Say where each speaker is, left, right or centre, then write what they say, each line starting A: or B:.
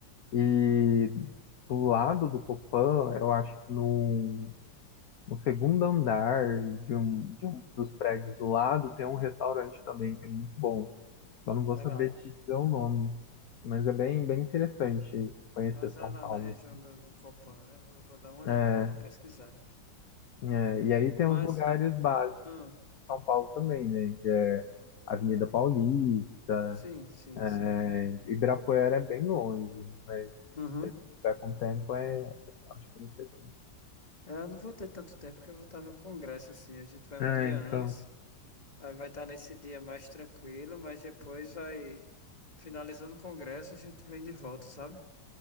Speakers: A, on the left; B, on the left.
A: E do lado do Copan, eu acho que no, no segundo andar de um, de
B: Hum,
A: um dos prédios do lado, tem um restaurante também, que é muito bom. Só não vou
B: legal.
A: saber te dizer o nome. Mas é bem, bem interessante conhecer
B: Mas vai
A: São
B: lá
A: Paulo.
B: na região do, do Copan, né? Vou, vou dar uma olhada,
A: É,
B: dar uma pesquisada.
A: É, e aí tem
B: Mas,
A: os lugares básicos
B: ah,
A: de São Paulo também, né? Que é Avenida Paulista,
B: sim, sim,
A: é,
B: sim.
A: Ibirapuera é bem longe, mas
B: Uhum.
A: se tiver com tempo é. eu Acho que não sei também.
B: É, Eu não vou ter tanto tempo que eu vou estar no congresso, assim. A gente vai
A: Ah,
B: um dia
A: então.
B: antes, aí vai estar nesse dia mais tranquilo, mas depois vai, finalizando o congresso, a gente vem de volta, sabe?